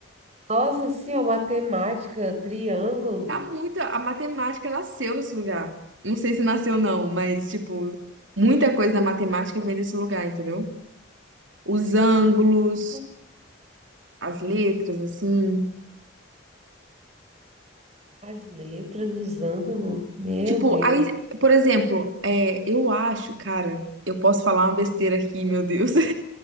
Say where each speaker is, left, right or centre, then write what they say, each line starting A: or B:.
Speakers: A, on the right; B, on the right.
A: Nossa, sim, ó, matemática, triângulo.
B: Tá muito, a matemática nasceu nesse lugar. Não sei se nasceu não, mas, tipo, muita coisa da matemática vem desse lugar, entendeu? Os ângulos,
A: canto,
B: as letras, assim.
A: As letras, os ângulos. Meu
B: Tipo,
A: Deus.
B: aí, por exemplo, é, eu acho, cara, eu posso falar uma besteira aqui, meu Deus.